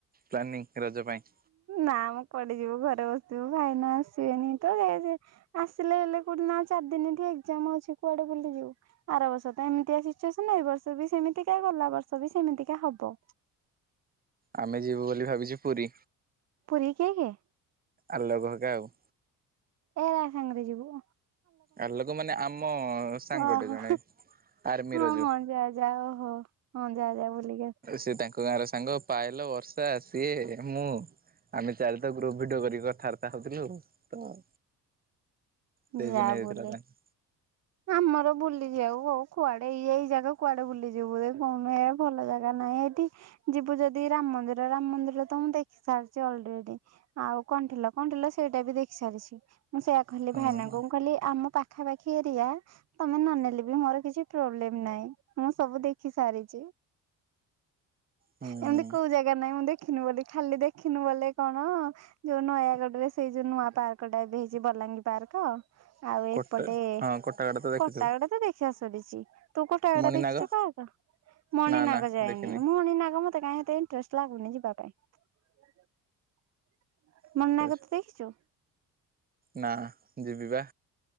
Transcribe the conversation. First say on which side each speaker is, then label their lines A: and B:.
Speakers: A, on the right (about 20°); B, on the right (about 35°).
A: ପ୍ଲାନିଂ ରଜ ପାଇଁ?
B: ନା ମ କୁଆଡେ ଯିବୁ ଘରେ ବସିଥିବୁ। ଭାଇନା ଆସିବେନି ତ ଏ ଯଉ ଆସିଲେ ହେଲେ, କୋଡିଦିନ ଆଉ ଚାରି ଦିନ ଠି କାମ ଅଛି। କୁଆଡ଼େ ବୁଲିଯିବୁ? ଆର ବର୍ଷ ତ ଏମିତିଆ ସିଚ୍ୟୁସନ୍, ଏ ବର୍ଷ ବି ସେମତିକା, ଗଲା ବର୍ଷ ବି ସେମ୍ ମିନ୍ତିକା ହବ।
A: ଆମେ ଯିବୁ ବୋଲି ଭାବିଛୁ ପୁରୀ!
B: ପୁରୀ କିଏ କିଏ
A: ଆଲୋକ ହେକା ଆଉ।
B: ଏରା ସାଙ୍ଗରେ ଯିବୁ।
A: ଆଲୋକ ମାନେ ଆମ ସାଙ୍ଗଟେ
B: ଓହୋ
A: ଜଣେ। ଆର୍ମିର
B: ହଁ
A: ଯୋଉ
B: ହଁ ଯା ଯା ଓହୋ ହଁ। ଯା ଯା ବୁଲିକି
A: ସେ ତାଙ୍କ ଗାଁ ର ସାଙ୍ଗ ପାୟଲ, ବର୍ଷା, ସିଏ। ମୁଁ, ଆମେ ଚାରିତ ଗ୍ରୁପ ଭିଡ଼ିଓ କରିକି କଥାବାର୍ତ୍ତା ହଉଥିଲୁ। ତ ସେଇଦିନ
B: ଯା
A: ହେଇଥିଲା
B: ବୁଲେ।
A: ତାଙ୍କ
B: ଆମର ବୁଲିଯିବା କୁ ଉ କୁଆଡ଼େ ଇଏ, ଏଇ ଜାଗା କୁଆଡ଼େ ବୁଲିଯିବୁ ଯେ କଣ ନୁହେଁ, ଏ ଭଲ ଜାଗା ନାହିଁ ଏଠି ଯିବୁ ଯଦି ରାମ ମନ୍ଦିର! ରାମ ମନ୍ଦିର ତ ମୁଁ ଦେଖି ସାରିଛି ଅଲରେଡ଼ି। ଆଉ କଣ ଥିଲା କଣ ଥିଲା ସେ ସେଇଟା ବି ଦେଖି ସାରିଛି। ମୁଁ ସେଇଆ କହିଲି
A: ହଁ
B: ଭାଇନାଙ୍କୁ ମୁଁ କହିଲି ଆମ ପାଖ ପାଖାପାଖି ଏରିଆ ତମେ ନନେଲେ ବି ମୋର କିଛି ପ୍ରୋବ୍ଲେମ୍ ନାହିଁ। ମୁଁ ସବୁ ଦେଖି ସାରିଛି।
A: ହୁଁ
B: ଏମିତି କୋଉ ଜାଗା ନାହିଁ ମୁଁ ଦେଖ୍ ଦେଖିନୁ ବୋଲି ଖାଲି ଦେଖିନୁ ବଲେ କଣ! ଯୋଉ ନୟାଗଡରେ ସେଇ ଯୋଉ ନୂଆ ପାର୍କ ଟା ଏବେ ହେଇଛି, ବଲାଙ୍ଗୀର ପାର୍କ ଆଉ ଏପଟେ
A: କୋଟା ହଁ କୋଟାଗଡ ତ ଦେଖିଥିବୁ
B: କଟାଗଡା ତ ଦେଖିବା ସରିଛି ତୁ କଟାଗଡା
A: ମଣିନାଗ
B: ଦେଖିଛୁ ପାର୍କ? ମଣିନାଗ
A: ନା ନା
B: ଯାଇନି।
A: ଦେଖିନି।
B: ମଣିନାଗ ମତେ କାଇଁଏତେ ଇନ୍ଟରେଷ୍ଟ ଲାଗୁନି ଯିବ୍ ବା ପାଇଁ
A: ଆଚ୍ଛା
B: ମନା
A: ଆଚ୍ଛା
B: କରିତି ଦେଖିଛୁ।
A: ନା ଯିବି ବା।